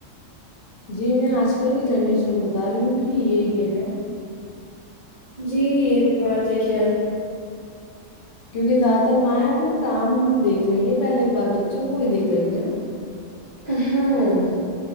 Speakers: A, on the left; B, on the right.
A: جی میں آج کل کی جنریشن بتا رہی ہوں کہ یہ یہ ہے
B: جی یہ بھی بات ہے خیر
A: کیونکہ زیادہ تر مائیں اپنے کام دیکھ رہی ہیں پہلے بچوں کو بھی دیکھ رہی ہے
B: ہوں